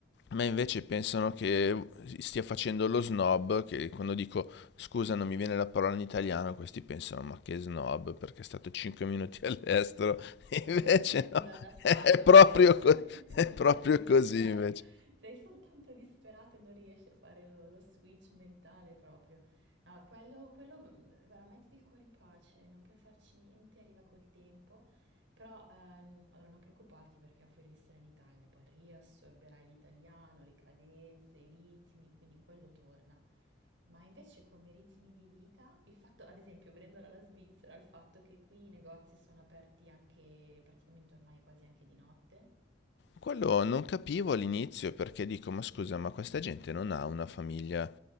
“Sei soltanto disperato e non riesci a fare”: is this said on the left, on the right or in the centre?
Right